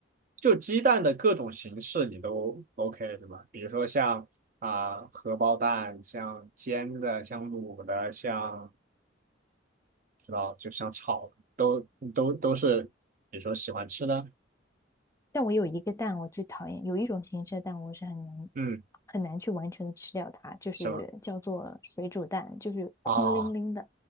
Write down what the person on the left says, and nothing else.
但我有一个蛋，我最讨厌有一种形式的蛋，我是很难
很难去完全的吃掉它，就是叫做水煮蛋，
就是空拎拎的，